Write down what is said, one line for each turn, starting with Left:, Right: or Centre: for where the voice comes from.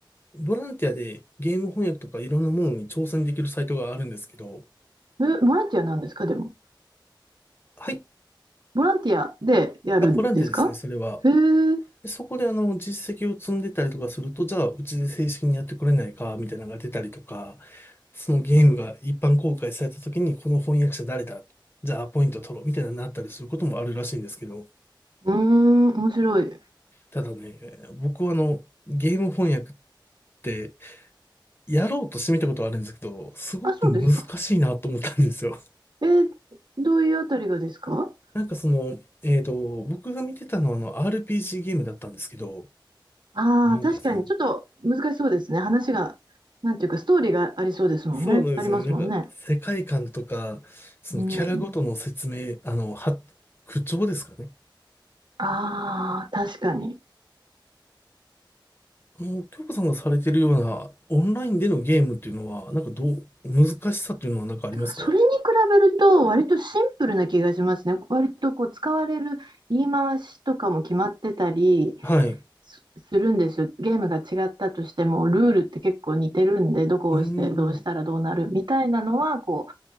Left: ボランティアでゲーム翻訳とかいろんなものに挑戦できるサイトがあるんですけど、
Right: ボランティアなんですか、でも。
Left: 入
Right: ボランティアでやるんですかへえ、
Left: あ、ボランティアですね、それは。
Right: う
Left: でそこであの実績を積んでたりとかすると、じゃあうちで正式にやってくれないかみたいなのが出たりとか、そのゲームが一般公開された時に、この翻訳者誰だじゃあアポイント取ろうみたいなのになったりすることもあるらしいんですけど、
Right: ーん、面白い。
Left: ただね、僕はあのゲーム翻訳ってやろうとしてみたことはあるんですけど、すごく難しいなと思ったんですよ。
Right: あ、そうですか。えーどういうあたりがですか
Left: <laughs> なんかその、えっと、僕が見てたのはあの RPG ゲームだったんですけど、
Right: ああー、
Left: なんかその
Right: 確かにちょっと難しそうですね。話が、なんていうか、ストーリーがありそうですもんね。
Left: そうなんですよね。
Right: ありますもんね。
Left: なんか、世界観とか、そのキャラごとの説明、
Right: うん
Left: あの、は、口調ですかね。
Right: ああ、確かに。
Left: あの、京子さんがされてるようなオンラインでのゲームっていうのは、なんかどう、難しさっていうのはなんかありますか
Right: だからそれに比べると、割とシンプルな気がしますね。割とこう使われる言い回しとかも決まってたり
Left: はい。
Right: すするんですよ。ゲームが違ったとしても、ルールって結構似てるんで、どこを押してどうしたらどうなるみたいなのは、
Left: うーん。
Right: こ